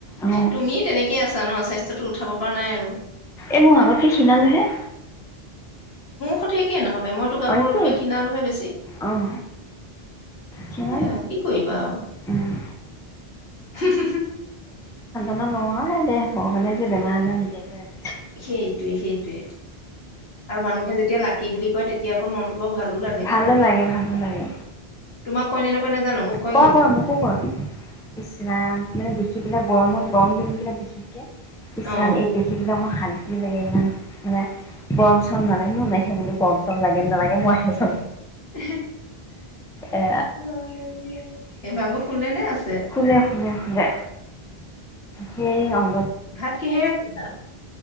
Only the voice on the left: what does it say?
তুমি তেনেকে আছা। জান স্বাস্থ্যটো উঠাব পৰা নাই আৰু।
সে একে নহলে মইতো গাভৰুতকে
খীণালোহে বেছি।
সেয়া কি কৰিবা আৰু
হু হুম হম
সেইটোৱে, সেইটোৱে। আৰু মানুহে যেতিয়া লাকি বুলি কয় তেতিয়া আকৌ মনটো। বৰ ভালো লাগে।
তোমাক কয় নে নকয় নাজানো মোক কয়
কিন্তু
অ',
ইহি <unintelligible>
মিঅ ভিঅ সেইবাবে ফুলে নে আছ
ভাত কিহেৰে খালা